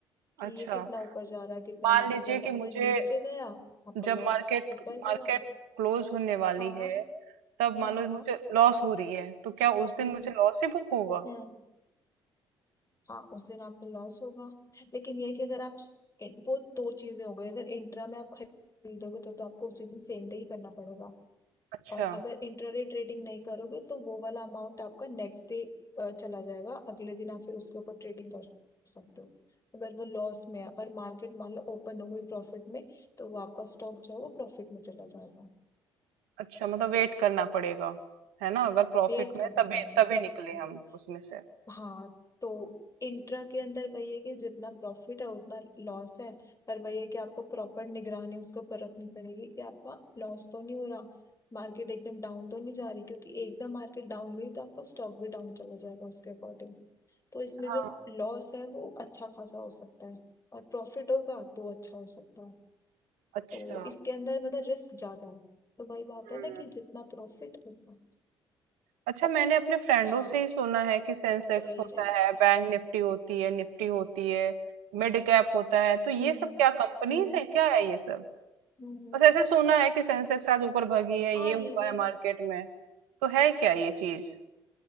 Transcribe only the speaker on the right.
अच्छा
मान
लीजिए
कि
मुझे
जब
मार्केट
मार्केट
क्लोज होने वाली
है तब मान
लो
मुझे लॉस हो रही है तो क्या उस दिन
मुझे लॉस ही बुक होगा
अच्छा
अच्छा मतलब वेट करना पड़ेगा है ना अगर प्रॉफिट
में
तभी
तभी
निकले
हम उसमें से
हाँ
अच्छा
हम्म
अच्छा मैंने अपने फ्रेंडों
से ही सुना है कि सेंसेक्स
होता
है बैंक निफ्टी होती है निफ्टी होती है मिड कैप होता है तो ये
सब
क्या कंपनीज
है क्या है ये सब
बस ऐसे सुना है कि सेंसेक्स आज ऊपर भागी है
ये हुआ
है
मार्केट में तो है क्या ये चीज